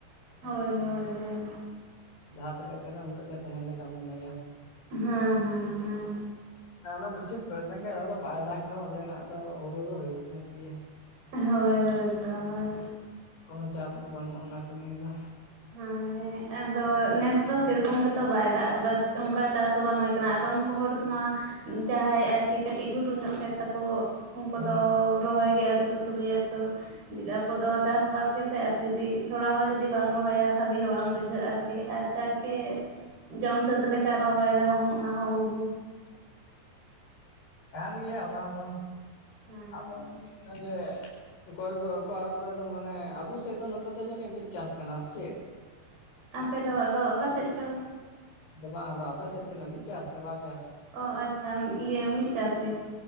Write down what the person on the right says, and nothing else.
ᱦᱳᱭ ᱦᱳᱭ ᱦᱳᱭ᱾
ᱦᱮᱸ ᱦᱮᱸ ᱦᱮᱸ
ᱦᱳᱭ ᱦᱳᱭ ᱛᱚ ᱦᱳᱭ
ᱦᱟᱸ ᱦᱮᱸ ᱦᱮᱸ ᱟᱫᱚ ᱱᱮᱥ ᱫᱚ ᱥᱮᱨᱚᱠᱚᱢ ᱜᱮᱛᱚ ᱵᱟᱭ ᱫᱟᱜ ᱟᱠᱟᱫᱟ ᱚᱱᱠᱟ ᱪᱟᱥ ᱦᱚᱸ ᱵᱟᱝ ᱦᱩᱭ ᱟᱠᱟᱱᱟ, ᱟᱫᱚᱢ ᱠᱚ ᱦᱚᱲ ᱢᱟ ᱡᱟᱦᱟᱸᱭ ᱟᱨᱠᱤ ᱠᱟᱹᱴᱤᱡ ᱜᱷᱩᱴᱩ ᱧᱚᱜ ᱠᱷᱮᱛ ᱛᱟᱠᱚ ᱩᱱᱠᱩ
ᱫᱚ ᱨᱚᱦᱚᱭ ᱜᱮ ᱟᱹᱣᱨᱤ ᱠᱚ ᱥᱩᱨᱩ ᱭᱟᱛᱚ ᱟᱵᱚ ᱫᱚ ᱪᱟᱥᱵᱟᱥ ᱜᱮᱥᱮ ᱟᱨ ᱡᱩᱫᱤ ᱛᱷᱚᱲᱟ ᱦᱚᱸ ᱡᱩᱫᱤ ᱵᱟᱢ ᱨᱚᱦᱚᱭᱟ ᱵᱷᱟᱹᱜᱤ ᱦᱚᱸ ᱵᱟᱝ ᱵᱩᱡᱷᱟᱹᱜᱼᱟ ᱟᱨᱠᱤ ᱟᱨ ᱡᱟᱠ ᱜᱮ ᱡᱚᱢ ᱥᱟᱹᱛ ᱞᱮ ᱠᱟ ᱨᱚᱦᱚᱭ ᱨᱮᱦᱚᱸᱢ ᱚᱱᱟ ᱦᱚᱸ ᱩᱦᱩ
ᱦᱮᱸ
ᱟᱯᱮ ᱫᱚ ᱟᱫᱚ ᱚᱠᱟ ᱥᱮᱪᱽ ᱪᱚ?
ᱚ ᱟᱪᱪᱷᱟᱢ ᱤᱭᱟᱹ ᱢᱤᱫ ᱪᱟᱥ ᱜᱮ᱾